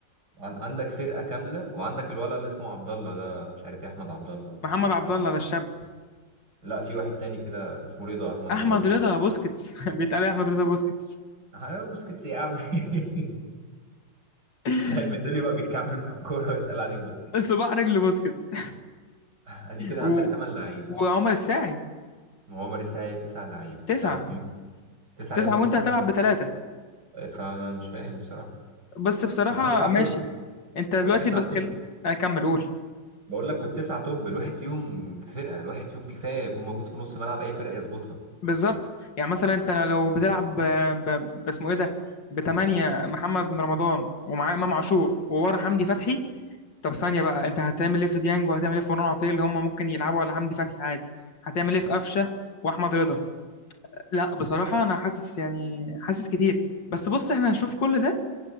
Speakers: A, on the right; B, on the left.
A: وعن- عندك فرقة كاملة وعندك الولد اللي اسمه عبد الله ده مش عارف ايه احمد عبد الله ولا
B: محمد
A: مش عارف
B: عبد
A: مين عبد-
B: الله ده الشاب
A: لا في واحد تاني كده اسمه رضا احمد
B: احمد
A: رضا باين
B: رضا بوسكيتس <laughs> بيتقال إيه احمد رضا بوسكيتس
A: اه بوسكيتس يا عم <laughs>
B: <laughs>
A: لاعب من دول يبقى بيتكعبل في الكورة ويتقال عليه بوسكيت
B: صباع رجل بوسكيتس
A: <laughs> ادي كده
B: و...
A: عندك تمن لعيبة
B: وعمر الساعي
A: وعمر السعيد تسع لعيبة
B: تسعة
A: ها في تسع لعيبة
B: تسعة
A: في خط
B: وانت هتلعب
A: النص
B: بثلاثة
A: فمش فاهم بصراحة
B: بس بصراحة
A: والتسعة توب
B: ماشي انت دلوقتي
A: والتسعة
B: بتكلم
A: توب
B: اكمل قول
A: بقول لك والتسعة توب الواحد فيهم بفرقة الواحد فيهم كفاية يكون موجود في نص ملعب أي فرقة يظبطها
B: بالظبط يعني مثلا انت لو بتلعب ب... ب... باسمه ايه ده بتمانية محمد بن رمضان ومعاه امام عاشور وورا حمدي فتحي طب ثانية بقى انت هتعمل ايه في ديانج وهتعمل ايه في مروان عطية اللي هم ممكن يلعبوا على حمدي فتحي عادي هتعمل ايه في قفشة واحمد رضا لا بصراحة انا حاسس يعني حاسس كتير بس بص احنا هنشوف كل ده